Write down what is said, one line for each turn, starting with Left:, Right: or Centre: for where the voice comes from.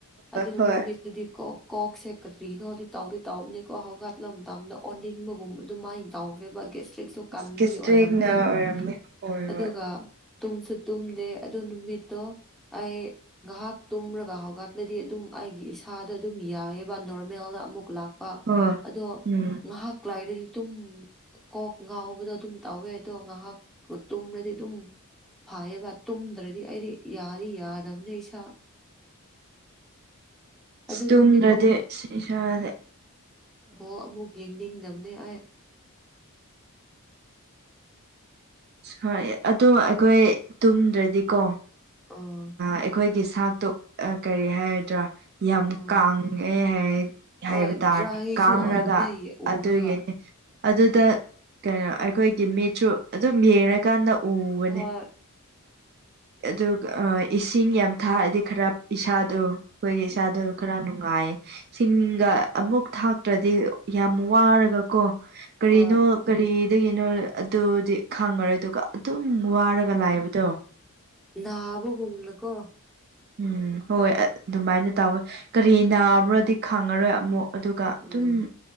Centre: ꯑꯗꯨ
Right: ꯍꯣꯏ
Centre: ꯅꯨꯃꯤꯠ ꯑꯗꯨꯗꯤ ꯀꯣꯛ ꯀꯣꯛꯁꯦ ꯀꯔꯤꯅꯣꯗꯤ ꯇꯧꯔꯤ ꯇꯥꯎꯕꯅꯦꯀꯣꯂꯝꯗ ꯑꯣꯟꯅꯤꯡꯕ ꯑꯗꯨꯃꯥꯏꯅ ꯇꯧꯈ꯭ꯔꯦꯕ ꯒꯦꯁꯇ꯭ꯔꯤꯛꯁꯨ ꯀꯟꯕꯒꯤ
Right: ꯑꯁ ꯒꯤꯁꯇ꯭ꯔꯤꯛꯅ
Centre: ꯑꯣꯏꯔꯝꯅꯦꯕ
Right: ꯑꯣꯏꯔꯝꯅꯤ ꯍꯣꯏ
Centre: ꯑꯗꯨꯒ
Right: ꯍꯣꯏ
Centre: ꯇꯨꯝꯁꯨ ꯇꯨꯝꯗꯦ ꯑꯗꯨ ꯅꯨꯃꯤꯠꯇꯣ ꯑꯩ ꯉꯥꯏꯍꯥꯛ ꯇꯨꯝꯔꯒ ꯍꯧꯒꯠꯂꯗꯤ ꯑꯗꯨꯝ ꯑꯩꯒꯤ ꯏꯁꯥꯗ ꯑꯗꯨꯝ ꯌꯥꯏꯑꯕ ꯅꯣꯔꯃꯦꯜꯗ ꯑꯃꯨꯛ ꯂꯥꯛ
Right: ꯍꯣꯏ
Centre: ꯑꯗꯣ
Right: ꯎꯝ
Centre: ꯉꯥꯏꯍꯥꯛ ꯭ꯂꯥꯏꯗꯗꯤ ꯑꯗꯨꯝ ꯀꯣꯛ ꯉꯥꯎꯕꯗꯣ ꯑꯗꯨꯝ ꯇꯥꯎꯋꯦ ꯑꯗꯣ ꯉꯥꯏꯍꯥꯛ ꯇꯣꯨꯝꯔꯗꯤ ꯑꯗꯨꯝ ꯐꯥꯏꯌꯦꯕ ꯇꯨꯝꯗ꯭ꯔꯗꯤ ꯑꯩꯗꯤ ꯌꯥꯗꯤ ꯌꯥꯗꯕꯅꯤ ꯏꯁꯥ ꯑꯗꯨ
Right: ꯁꯇꯨꯝꯗ꯭ꯔꯗꯤ
Centre: ꯅꯨꯃꯤꯠꯇꯣ
Right: ꯏꯁꯥꯖꯦ
Centre: ꯑꯣꯕꯣ ꯑꯃꯨꯛ ꯌꯦꯡꯅꯤꯡꯗꯕꯅꯦ ꯑꯩ
Right: ꯍꯣꯏ ꯑꯗꯣ ꯑꯩꯈꯣꯏ ꯇꯨꯝꯗ꯭ꯔꯗꯤꯀꯣ
Centre: ꯎꯝ
Right: ꯑꯩꯈꯣꯏꯒꯤ ꯁꯥꯛꯇꯨ ꯀꯔꯤ ꯍꯥꯏꯒꯗ꯭ꯔꯥ ꯌꯥꯝ
Centre: ꯎꯝ
Right: ꯀꯥꯡꯉꯦ ꯍꯥꯏ ꯍꯥꯏꯕ
Centre: ꯍꯣꯏ
Right: ꯇꯥꯔꯦ
Centre: ꯗ꯭ꯔꯥꯏꯁꯨ
Right: ꯀꯥꯡꯔꯒ
Centre: ꯑꯣꯏꯕꯅꯦ ꯎꯔꯒ
Right: ꯑꯗꯨꯗꯒꯦꯅꯦ ꯑꯗꯨꯗ ꯀꯩꯅꯣ ꯑꯩꯈꯣꯏꯒꯤ ꯃꯤꯁꯨꯁꯨ ꯑꯗꯨꯝ ꯌꯦꯡꯉꯀꯥꯟꯗ ꯎꯕꯅꯦ
Centre: ꯍꯣꯏ
Right: ꯑꯗꯨꯒ ꯏꯁꯤꯡ ꯌꯥꯝ ꯊꯥꯑꯗꯤ ꯈꯔ ꯏꯁꯥꯗꯣ ꯑꯩꯈꯣꯏꯒꯤ ꯏꯁꯆꯥꯗ
Centre: ꯎꯝ
Right: ꯈꯔ ꯅꯨꯡꯉꯥꯏꯌꯦ ꯁꯤꯡꯒ ꯑꯃꯨꯛ ꯊꯥꯛꯇ꯭ꯔꯗꯤ ꯌꯥꯝ ꯋꯥꯔꯒꯀꯣ ꯀꯔꯤꯅꯣ
Centre: ꯍꯣꯏ
Right: ꯀꯔꯤꯗꯒꯤꯅꯣ ꯑꯗꯨꯗꯤ ꯈꯪꯉꯔꯣꯏ ꯑꯗꯨꯒ ꯑꯗꯨꯝ ꯋꯥꯔꯒ ꯂꯥꯛꯑꯦꯕꯗꯣ
Centre: ꯅꯥꯕꯒꯨꯅꯀꯣ
Right: ꯎꯝ ꯍꯣꯏ ꯑꯗꯨꯃꯥꯏꯅ ꯇꯧꯋꯦ ꯀꯔꯤ ꯅꯥꯕ꯭ꯔꯗꯤ ꯈꯪꯉꯔꯣꯏ ꯑꯃꯨꯛ ꯑꯗꯨꯒ ꯑꯗꯨꯝ
Centre: ꯎꯝ